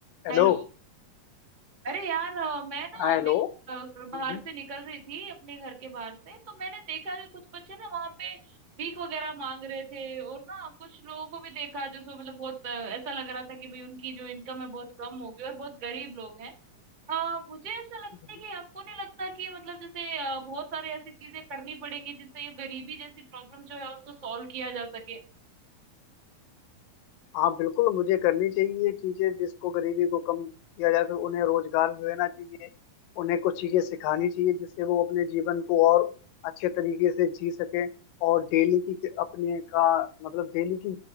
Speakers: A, on the left; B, on the right.
A: Hello
B: Hello अरे यार अ, मैं ना
A: हाँ
B: अभी
A: hello
B: अ, बाहर
A: हम्म,
B: से निकल रही थी अपने घर के बाहर से तो मैंने देखा कि कुछ बच्चे ना वहाँ पे भीख वगैरह मांग रहे थे और ना कुछ लोगों को भी देखा जो सो मतलब बहुत अ, ऐसा लग रहा था कि भाई उनकी जो इनकम है बहुत कम हो गई और बहुत गरीब लोग हैं हाँ मुझे ऐसा लगता
A: हम्म,
B: है कि आपको नहीं लगता कि मतलब जैसे अ, बहुत सारे ऐसी चीजें करनी पड़ेंगी जिससे ये गरीबी जैसी प्रॉब्लम जो है उसको सॉल्व किया जा सके
A: हाँ बिल्कुल मुझे करनी चाहिए चीजें जिसको गरीबी को कम किया जा सके उन्हें रोजगार देना चाहिए उन्हें कुछ चीजें सिखानी चाहिए जिससे वो अपने जीवन को और अच्छे तरीके से जी सके और डेली की अपने का मतलब डेली की